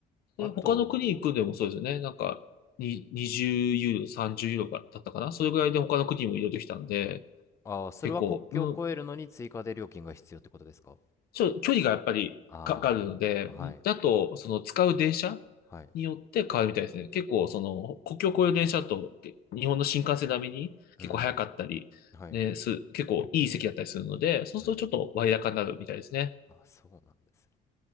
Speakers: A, on the left; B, on the left.
A: あ、
B: で、
A: あと、
B: 他の国行くんでもそうですよね。なんか、に20ユーロ、30ユーロだったかな。それぐらいで他の国も移動できたんで、
A: あーそれは国境を越えるのに追加で料金が必要ってことですか
B: 結構、うん、ちょ、距離がやっぱりかかるので、
A: ああー、
B: んあと、
A: はい。
B: その使う電車
A: はい。
B: によって変わるみたいですね。結構、その、国境を越える電車だと、え日本の新幹線並みに結構早かったり、
A: うん。はいはい。
B: ね、す、結構いい席だったりするので、そうするとちょっと割高になるみたいですね。
A: うん。あ、そうなんですね。